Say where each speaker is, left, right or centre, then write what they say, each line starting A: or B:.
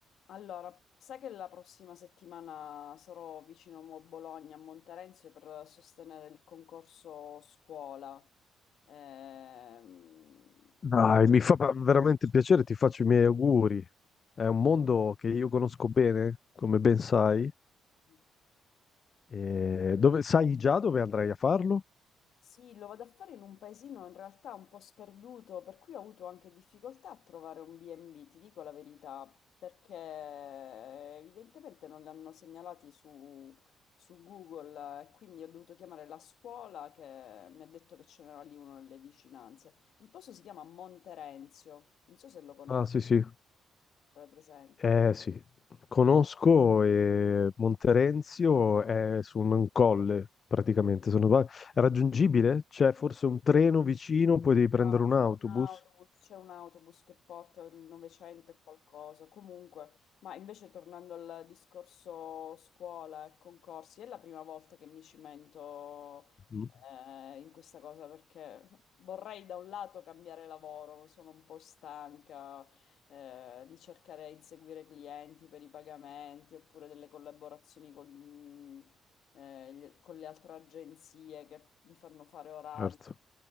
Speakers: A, on the left; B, on the left.
A: Allora, sai che la prossima settimana sarò vicino a Bologna, a Monterenzio, per sostenere il concorso scuola. Ehm,
B: Dai, mi fa veramente piacere, ti faccio i miei auguri. È un mondo che io conosco bene, come ben sai.
A: eh,
B: E dove, sai già dove andrai a farlo?
A: Sì, lo vado a fare in un paesino in realtà un po' sperduto, per cui ho avuto anche difficoltà a trovare un B&B, ti dico la verità, perché evidentemente non li hanno segnalati su, su Google eh, e quindi ho dovuto chiamare la scuola che mi ha detto che ce n'era lì uno nelle vicinanze. Il posto si chiama Monterenzio, non so se lo conosci,
B: Ah, sì, sì.
A: è presente.
B: Eh, sì. Conosco e Monterenzio è su un colle, praticamente. Se non sbaglio. È raggiungibile? C'è forse un treno vicino, poi devi prendere
A: No,
B: un autobus?
A: c'è un autobus, c'è un autobus che porta il 900 e qualcosa. Comunque, ma invece tornando al discorso scuola e concorsi, è la prima volta che mi cimento
B: Mm.
A: eh, in questa cosa perché vorrei da un lato cambiare lavoro, sono un po' stanca eh, di cercare di inseguire clienti per i pagamenti oppure delle collaborazioni con gli- eh, gli- con le altre agenzie che mi fanno fare orari.
B: Certo.